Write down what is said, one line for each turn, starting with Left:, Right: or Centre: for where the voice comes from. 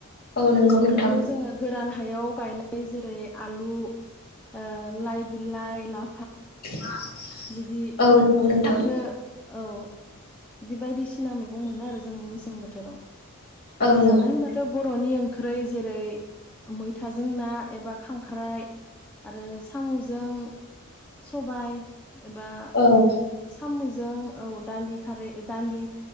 Left: औ नंगौ नोंथां
Centre: दा बेयाव जोङो गोरान हायाव गायनाय जेरै आलु, ओ लाइ बिलाइ, ला
Left: <inaudible>
Centre: बिदि
Left: औ नंगौ नोंथां
Centre: फाथो औ बिबायदि सिना मैगं मोनो आरो जों गोजां बोथोराव
Left: औ
Centre: आरो
Left: नंगौ
Centre: जानाय होनबाथ' बर बर'नि ओंख्रै जेरै मैथाजों ना एबा खांख्राइ आरो साम'जों सबाइ एबा
Left: औ
Centre: साम'जों औ दालि खारै दालि